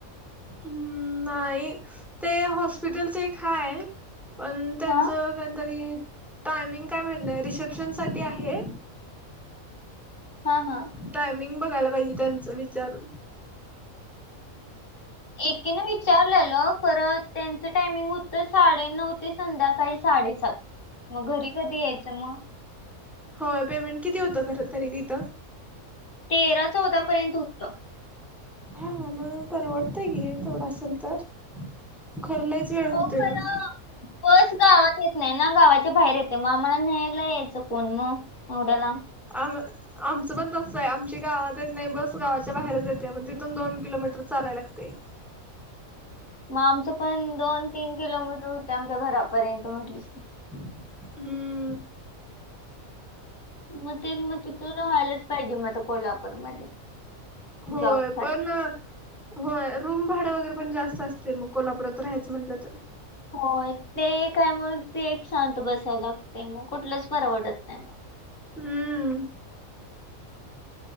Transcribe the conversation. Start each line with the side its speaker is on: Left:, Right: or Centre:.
Centre: हम्म नाही ते हॉस्पिटलचा एक हाय पण त्यांचं
Left: हा
Centre: काहीतरी टायमिंग काय माहित नाही रिसेप्शन साठी आहे.
Left: हा हा.
Centre: टायमिंग बघायला पाहिजे त्यांचं विचारून.
Left: एकीने विचारलेलं परत त्यांचं टायमिंग होतं साडे नऊ ते संध्याकाळी साडेसात. म घरी कधी यायचं म.
Centre: हो पेमेंट किती होतं खरं तरी तिथं?
Left: तेरा चौदा पर्यंत होतं.
Centre: हा म्हणून परवडतय की तेवढं असेल तर खर लईच वेळ
Left: हो
Centre: होतोय
Left: खरं
Centre: म.
Left: बस गावात येत नाही ना गावाच्या बाहेर येते म आम्हाला न्यायला यायचं कोण म. येवढ्या लांब
Centre: आमं आमचं पण तसं आहे आमची गावात येत नाही बस गावाच्या बाहेरच येते पण तिथून दोन किलोमीटर चालाय लागते.
Left: म आमचं पण दोन-तीन किलोमीटर होते आमच्या घरा पर्यंत म्हटलीस तर.
Centre: हम्म.
Left: मग तेच मग तु तिथं, राहायलाच पाहिजे मग आता कोल्हापूरमध्ये.
Centre: होय,
Left: जॉबसाठी
Centre: पण होय रूम भाडं वगैरे पण जास्त असतंय, ‌ मग कोल्हापुरात राहायचं म्हटलं तर.
Left: होय ते एक आहे मण ते एक शांत बसायला लागते, मग कुठलंच परवडत नाही मग.
Centre: हम्.